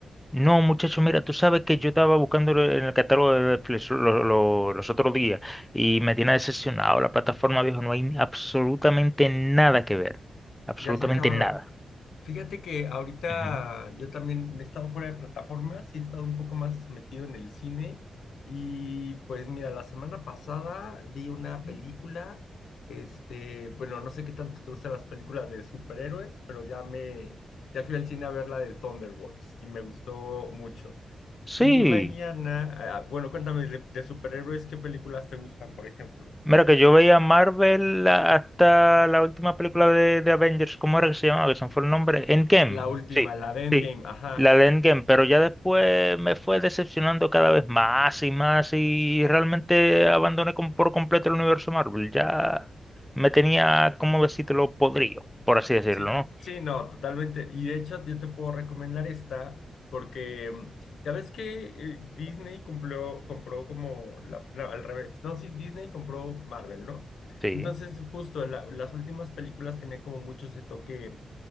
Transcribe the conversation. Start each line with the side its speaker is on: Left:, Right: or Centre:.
Centre: No, muchacho, mira, tú sabes que yo estaba buscando lo- en el catálogo de Netflix lo- lo- los otros días y me tiene decepcionado la plataforma, viejo. No hay absolutamente nada que ver. Absolutamente
Left: Ya se acabaron.
Centre: nada.
Left: Fíjate que ahorita
Centre: Ujú.
Left: yo también he estado fuera de plataformas y he estado un poco más metido en el cine. Y pues mira, la semana pasada vi una película, este, bueno, no sé qué tanto te gustan las películas de superhéroes, pero ya me, ya fui al cine a ver la de Thunderbolts y me gustó mucho.
Centre: Sí.
Left: Y mañana, ah, ah, bueno, cuéntame de, de superhéroes, ¿qué películas te gustan, por ejemplo?
Centre: Mira que yo veía Marvel hasta la última película de, de Avengers, ¿cómo era que se llamaba? Que se me fue el nombre. Endgame.
Left: La última,
Centre: Sí,
Left: la de Endgame,
Centre: Sí,
Left: ajá.
Centre: la de Endgame, pero ya después me fue decepcionando cada vez más y más y realmente abandoné com- por completo el universo Marvel. Ya me tenía, como decírtelo, podrido, por así decirlo,
Left: Sí,
Centre: ¿no?
Left: sí, no, totalmente. Y de hecho, yo te puedo recomendar esta porque mm, ya ves que eh, Disney cumplió, compró como la, no, al revés. No, sí, Disney compró Marvel, ¿no?
Centre: Sí.
Left: Entonces, justo la- las últimas películas tenían como mucho ese toque,